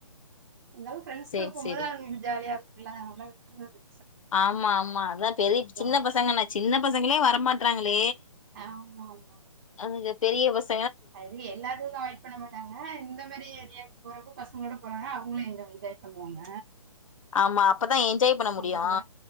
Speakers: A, on the right; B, on the left.
A: இந்தாலு ஃப்ரண்ட்ஸ்
B: சேரி
A: கூட போம்போது
B: சேரி
A: அவுங்களுக்கு ஜாலியாருக் இல்ல அதெல்லா விட்டுவாறு
B: ஆமா ஆமா அதா பெரி சின்ன
A: அப்படின்னு
B: பசங்க என்ன
A: சொல்லிட்டு
B: சின்ன பசங்களே வரமாட் லே
A: ஆமா ஆமா
B: அவுக பெரிய பஸ்
A: அது எல்லாத்துக்கு அவாய்ட் பண்ண மாட்டாங்க இந்த மேரி எதியாக் போறப்ப பசுங்ளோட போறாங்க அவுங்ளு என்ஜவ் என்ஜாய் பண்ணுவாங்க
B: ஆமா அப்பதா என்ஜாய் பண்ண முடியு
A: நம்ம கூட